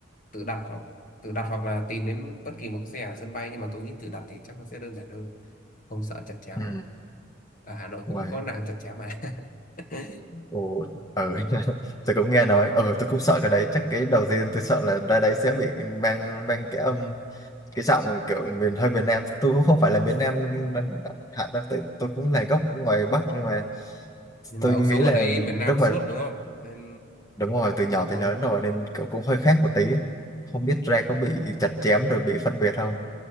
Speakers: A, on the left (about 45°); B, on the left (about 20°).
A: tự đặt hoặc tự đặt hoặc là tìm đến bất kỳ một cái xe ở sân bay nhưng mà tôi nghĩ tự đặt thì chắc nó sẽ đơn giản hơn không sợ chặt chém
B: ừ.
A: ấy ở Hà Nội
B: ngoài
A: cũng có nàng chặt chém mà <laughs>
B: ồ ừ.
A: ừ.
B: <laughs> tôi cũng nghe nói
A: à.
B: ừ tôi cũng sợ cái đấy chắc cái đầu tiên tôi sợ là ra đấy sẽ bị mang mang cái âm cái giọng kiểu miền hơi miền Nam tôi cũng không phải là miền Nam nên- hạn đâu tôi, tôi cũng là gốc ngoài Bắc nhưng mà
A: nhưng
B: tôi
A: mà ông
B: nghĩ
A: sống
B: là
A: ở đấy miền Nam
B: lúc mà
A: suốt đúng không nên
B: đúng rồi từ nhỏ
A: ừ.
B: tới lớn rồi nên kiểu cũng hơi khác một tí ấy. không biết ra có bị chặt chém rồi bị phân biệt không